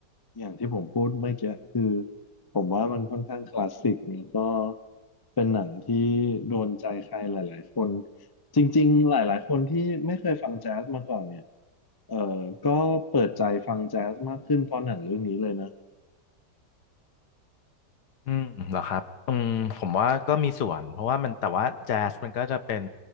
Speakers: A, on the left; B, on the left.
A: อย่างที่ผมพูดเมื่อกี้คือผมว่ามันค่อนข้างคลาสสิกแนี่ก็เป็นหนังที่โดนใจใครหลายๆคนจริงๆหลายๆคนที่ไม่เคยฟังแจ๊สมาก่อนเนี่ยเออ ก็เปิดใจฟังแจ๊สมากขึ้นเพราะหนังเรื่องนี้เลยนะ
B: อืมเหรอครับอืมผมว่าก็มีส่วนเพราะว่ามันแต่ว่าแจ๊สมันก็จะเป็น